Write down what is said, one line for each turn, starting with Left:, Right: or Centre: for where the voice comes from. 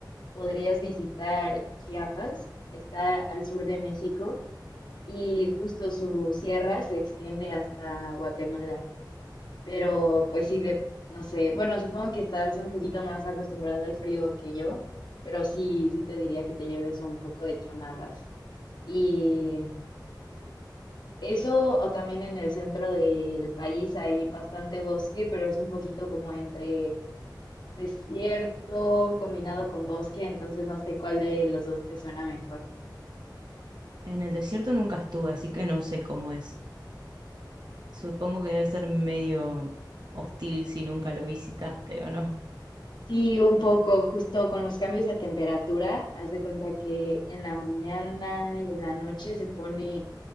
Left: podrías visitar Chiapas, está al sur de México y justo su sierra se extiende hasta Guatemala. Pero pues sí, de, no sé, bueno, supongo que estás un poquito más acostumbrado al frío que yo, pero sí, sí te diría que te lleves un poco de chamarras. Y eso, o también en el centro del país hay bastante bosque, pero es un poquito como entre desierto combinado con bosque, entonces no sé cuál de los dos te suena mejor.
Right: En el desierto nunca estuve, así que no sé cómo es. Supongo que debe ser medio hostil si nunca lo visitaste o no.
Left: Sí, un poco, justo con los cambios de temperatura, haz de cuenta que en la mañana y en la noche se pone